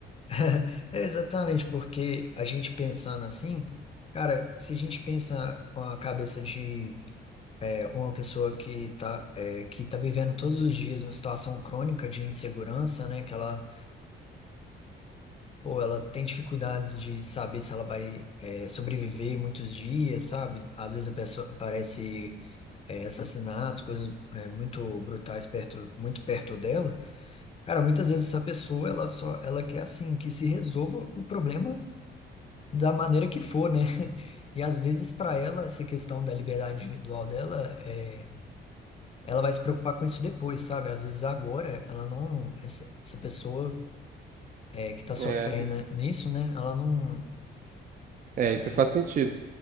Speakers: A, on the left (about 30°); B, on the right (about 45°).
A: <laughs> É exatamente, porque a gente pensando assim, cara, se a gente pensa com a cabeça de é, uma pessoa que tá, é, que tá vivendo todos os dias uma situação crônica de insegurança, né? Que ela, pô, ela tem dificuldades de saber se ela vai, é, sobreviver muitos dias, sabe? Às vezes a pessoa aparece, é, assassinatos, coisas, é, muito brutais perto, muito perto dela. Cara, muitas vezes essa pessoa, ela só, ela quer, assim, que se resolva o problema da maneira que for, né? <laughs> E às vezes para ela essa questão da liberdade individual dela é ela vai se preocupar com isso depois, sabe? Às vezes agora ela não, essa, essa pessoa é, que tá sofrendo
B: É,
A: nisso, né? Ela não,
B: é,
A: é,
B: isso faz sentido.